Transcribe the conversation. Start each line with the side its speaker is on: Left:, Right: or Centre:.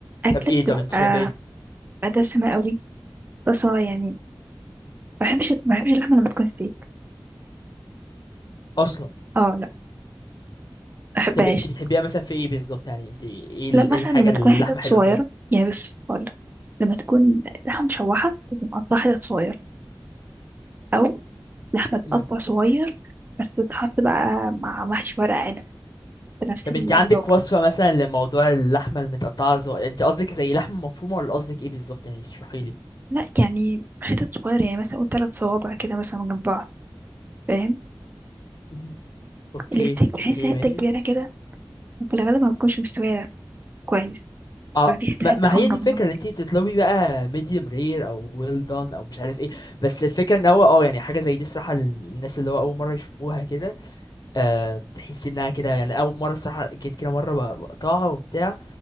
Right: اكله
Left: طب ايه طب
Right: بتبقى
Left: انت شايف ايه
Right: بتبقى دسمه قوي بس اه يعني ما بحبش ما بحبش اللحمه لما تكون ستيك
Left: اصلا
Right: اه لا ما بحبهاش
Left: طب انت بتحبيها مثلا في ايه بالظبط يعني انت ايه ال-
Right: لا مثلا
Left: إيه الحاجة
Right: لما
Left: اللي
Right: تكون حتت
Left: اللحمة حلوة
Right: صغيره
Left: فيها
Right: يعني بس ولا لما تكون لحمه مشوحه تكون مقطعه حتت صغيره او لحمه تقطع
Left: امم
Right: صغير بس تتحط بقى مع محشي ورق عنب بنفس
Left: طب
Right: الطاجن
Left: انت عندك وصفة مثلا لموضوع اللحمة المتقطعة زو... انت قصدك زي لحمة مفرومة ولا قصدك ايه بالظبط يعني اشرحيلي
Right: لا يعني حتت صغيره يعني مثلا قول ثلاث صوابع كده مثلا جنب بعض فاهم
Left: مم. اوكي
Right: الستيك بحس
Left: اوكي
Right: حته
Left: ماشي
Right: كبيره كده في الغالب ما بتكونش مستوية كويس
Left: اه
Right: بيبقى في حتة
Left: ما
Right: حتة
Left: ما
Right: حمرا
Left: هي دي الفكره
Right: في النص
Left: ان انت بتطلبي بقى medium rare او well done او مش عارف ايه بس الفكره ان هو اه يعني حاجه زي دي الصراحه للناس اللي هو اول مره يشوفوها كده آه تحس انها كده يعني اول مره الصراحه جيت كده مره ب- بقطعها وبتاع